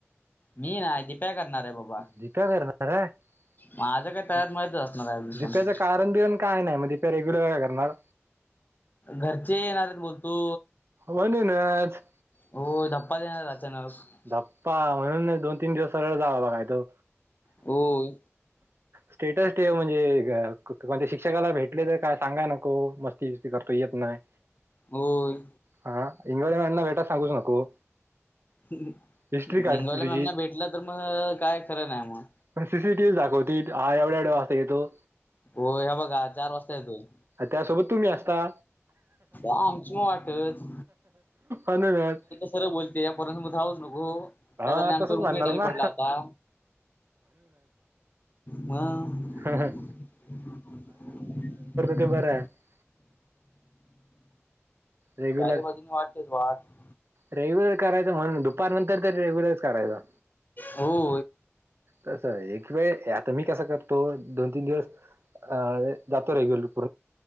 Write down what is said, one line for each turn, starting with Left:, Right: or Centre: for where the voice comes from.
Left: मी नाही दीप्या करणार आहे बाबा
Right: दीप्या कररणार आहे
Left: माझं काय तळ्यात मळ्यातच असणार आहे अजून पण
Right: दप्याच कारण देिन काय नाही मग प रेग्युलर काय करणार
Left: घरचे नाराण बोलतो
Right: बन ना आज
Left: हो प्पा देणार अचानक
Right: धप्पा म्हणून नाही दोन तीन दिवस सरळ जावं बघाय तो
Left: होय
Right: स्टेटस म्हणजे म्हणजे शिक्षकाला भेटले तर काय सांगाय नको मस्त ती करतो येत नाही
Left: होय
Right: हा हंगळी मणना भेटा सांगूच नको
Left: निंगवला
Right: हिस्ट्री काढतील तुझी
Left: मॅमना भेटलं तर मग काय खरं ना नाही मग
Right: पण सीसीटीव्ही दाखवती हा एवढ्या एवढा वाजता येतो
Left: होय हे बघा चार वाजता येतोय
Right: त्यासोबत तुम्ही असता
Left: आमची मग वाटच
Right: अनुूनद
Left: खरं बोलते यापर्यंत मग धावच नको.
Right: हा
Left: त्यात आमचा
Right: तसंच
Left: रूम
Right: म्हणणार
Left: मेटरी
Right: ना
Left: पडला होता ह..
Right: हा हा
Left: <inaudible>
Right: ते बरं आहे रेग्युलर
Left: चार बाजू वाट केस वाट
Right: रेग्युलर करायचं म्हणून दुपार नंतर तरी रेग्युलर करायचं.
Left: हो
Right: तसं एक वेळ आता मी कसां करतो दोन तीन दिवस अ जातो रेगुलर